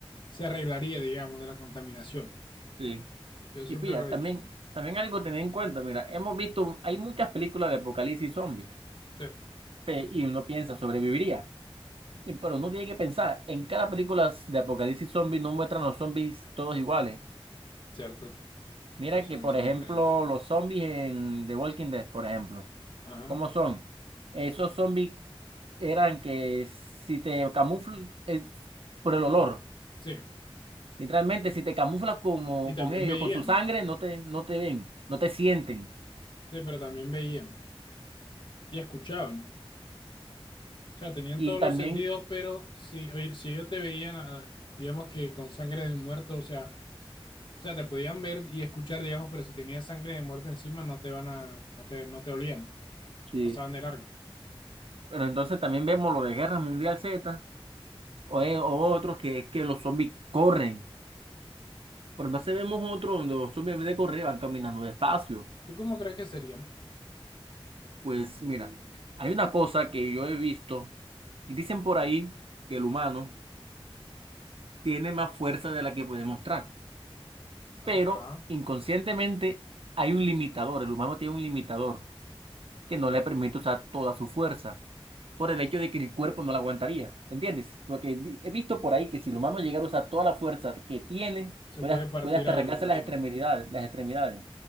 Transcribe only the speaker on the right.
Sí.
Y pilla,
también,
también algo a tener en cuenta, mira, hemos visto, hay muchas películas de apocalipsis zombies,
pe- y uno piensa, sobreviviría. Y- Pero uno tiene que pensar, en cada película de apocalipsis zombie no muestran los zombies todos iguales.
Mira
que, por
ejemplo,
los zombies en The Walking Dead, por ejemplo,
¿cómo son? Esos zombies eran que si te camuflas por el olor,
literalmente si te camuflas como
con ellos,
con su sangre, no te, no te ven, no te sienten.
Y
también,
sí,
pero entonces también vemos lo de Guerra Mundial Z o, e- o otros que es que los zombies corren. Pero entonces vemos otros donde los zombies en vez de correr van caminando despacio.
Pues mira, hay una cosa que yo he visto y dicen por ahí que el humano tiene más fuerza de la que puede mostrar.
pero inconscientemente hay un limitador, el humano tiene un limitador que no le permite usar toda su fuerza por el hecho de que el cuerpo no la aguantaría, ¿me entiendes? Porque di- he visto por ahí que si el humano llegara a usar toda la fuerza que tiene,
puede,
puede hasta
arrancarse
las extremidades, las extremidades.